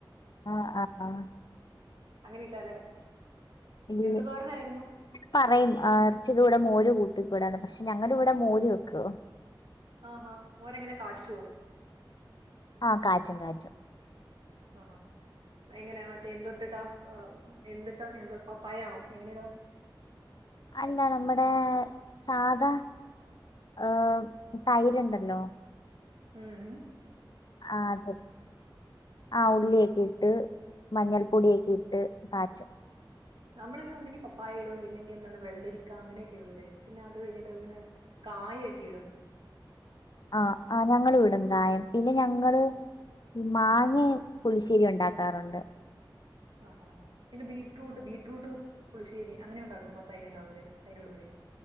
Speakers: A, on the left; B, on the right.
A: ആഹ് ആഹ് ആഹ്.
B: അങ്ങനെയില്ല അല്ലെ
A: ഇല്ല
B: എന്ത് തോരനായിരുന്നു.
A: പറയും ഇറച്ചിടെ കൂടെ മോര് കൂട്ടികൂടാന്ന് പക്ഷേ ഞങ്ങള്‌ ഇവടെ ഇവിടെ മോര് വെക്കും.
B: ആ ഹാ മോരങ്ങനെ കാച്ചുവോ.
A: ആ കാച്ചും കാച്ചും.
B: ആഹ് എങ്ങന മറ്റേ എന്ത് ഇടിട്ടാ എന്തിട്ടാ എന്തോ പപ്പായ ആണോ എങ്ങനെ ഇടാ.
A: അല്ല നമ്മുടെ സാധാ ആഹ് തൈരുണ്ടല്ലോ.
B: ആഹ്.
A: ആ അത്. ആ ഉള്ളിയൊക്കെ ഇട്ട് മഞ്ഞൾപ്പൊടിയൊക്കെ ഇട്ട് കാച്ചും.
B: നമ്മളിനി ഒന്നെങ്കിൽ പപ്പായ ഇടും ഇല്ലെങ്കിൽ എന്താണ് വെള്ളരിക്ക അങ്ങനെയൊക്കെ ഇടുലേ, പിന്നെ അത് കഴിഞ്ഞിട്ട് പിന്നെ കായക്കെ ഇടും.
A: ആഹ് ആഹ് ഞങ്ങളും ഇടും കായം പിന്നെ ഞങ്ങള് ഈ മാങ്ങയും പുളിശ്ശേരി ഉണ്ടാക്കാറുണ്ട്.
B: ആഹ് ആഹ് പിന്നെ ബീട്ട്റൂട്ട് ബീട്ട്റൂട്ട് പുളിശ്ശേരി അങ്ങനെ ഉണ്ടാക്കുമ്പോ തൈര് ഉണ്ടാവൂലേ തൈര് ഇടൂലേ.